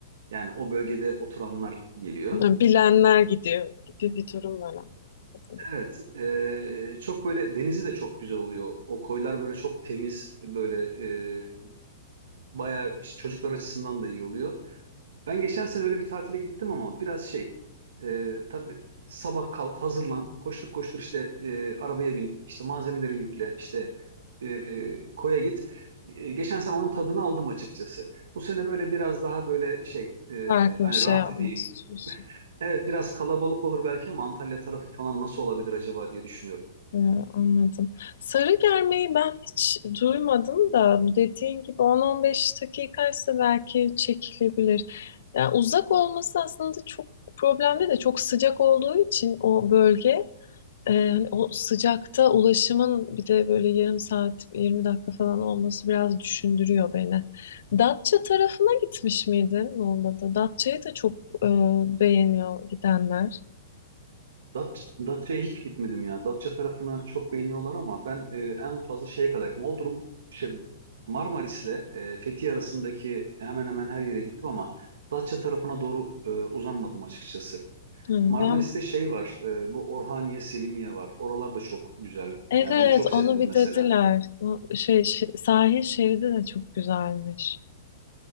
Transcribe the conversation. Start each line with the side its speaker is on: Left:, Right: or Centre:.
Right: Yani o bölgede oturanlar geliyor.
Left: Ya, Bilenler gidiyor gibi bir durum var anladığım kadarıyla.
Right: Evet, ee, çok böyle denizi de çok güzel oluyor. O koylar böyle çok temiz, böyle ee, bayağı işte çocuklar açısından da iyi oluyor. Ben geçen sene öyle bir tatile gittim ama biraz şey e, tabii sabah kalk hazırlan koştur koştur işte e, arabaya bin işte malzemeleri yükle işte e, koya git. E, geçen sene onun tadını aldım açıkçası. Bu sene böyle biraz daha böyle şey e,
Left: Farklı
Right: hani
Left: bir şey
Right: rahat
Left: yapmak
Right: edeyim.
Left: istiyorsun.
Right: <laughs> Evet biraz kalabalık olur belki ama Antalya tarafı falan nasıl olabilir acaba diye düşünüyorum.
Left: Ee, anladım. Sarı germeyi ben hiç duymadım da dediğin gibi 10-15 dakikaysa belki çekilebilir. Yani uzak olması aslında çok problemli de çok sıcak olduğu için o bölge e, hani o sıcakta ulaşımın bir de böyle yarım saat 20 dakika falan olması biraz düşündürüyor beni. Datça tarafına gitmiş miydin Muğla'da? Datça'yı da çok e, beğeniyor gidenler.
Right: Dat Datça'ya hiç gitmedim ya. Datça tarafını çok beğeniyorlar ama ben e, en fazla şeye kadar gittim. Bodrum şey Marmaris'le e, Fethiye arasındaki hemen hemen her yere gittim ama Datça tarafına doğru e, uzanmadım açıkçası.
Left: Hı,
Right: Marmaris'te
Left: Ben
Right: şey var. e, bu Orhaniye, Selimiye var. Oralar da çok güzel.
Left: Evet,
Right: Yani ben çok
Left: onu
Right: sevdim
Left: bitirdiler.
Right: mesela.
Left: O şey, şi- sahil şeridi de çok güzelmiş.